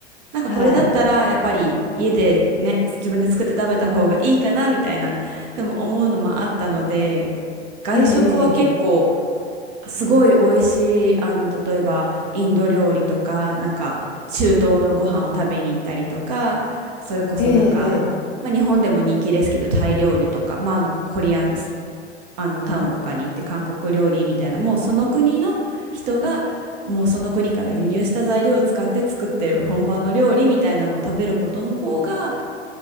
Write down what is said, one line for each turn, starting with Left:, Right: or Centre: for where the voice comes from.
Right: なんかこれだったらやっぱり家でね、
Left: はい。
Right: 自分で作って食べた方がいいかなみたいな、でも思うのもあったので、外食は結構
Left: ええ、
Right: すごい美味しい、あの、例えばインド料理とか、なんか中東のご飯を食べに行ったりとか、それこそなんか、
Left: ええ、ええ
Right: まあ、日本でも人気ですけどタイ料理とか、まあ、あのコリアンあのタウンとかに行って韓国料理みたいなもうその国の人がもうその国から輸入した材料を使って作ってる本場の料理みたいなのを食べることの方が